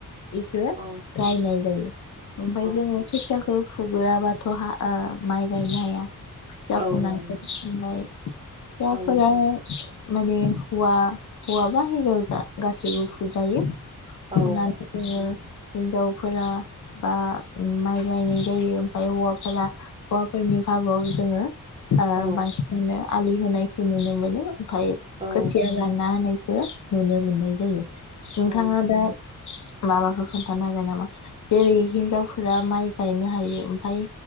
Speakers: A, on the left (about 55°); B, on the right (about 20°).
A: इखो
B: औ
A: गायनाय जायो ओमफ्राय
B: औ
A: जोङो खोथियाखौ <unintelligible> बाथ हा ओ माइ गायनो हाया खोथिया
B: औ नंगौ
A: <unintelligible>
B: औ
A: माने हुवा हुवा बा हिनजाव जा गासैबो फुजायो। फुना
B: औ
A: जोङो
B: नंगौ
A: हिनजाव फोरा बा माइ गायनाय जायो ओमफ्राय हौवा <unintelligible> हौवाफोरनि भागोआव जोङो
B: औ
A: बांसिनानो आलि होनाय नुनो मोनो। ओमफ्राय
B: औ
A: खोथिया रानना होनायखो नुनो मोनो। जायो। नोंथाङा
B: औ
A: दा माबाखौ खोन्थानो हागोन नामा जेरै हिनजावफोरा माइ गायनो हायो ओमफाय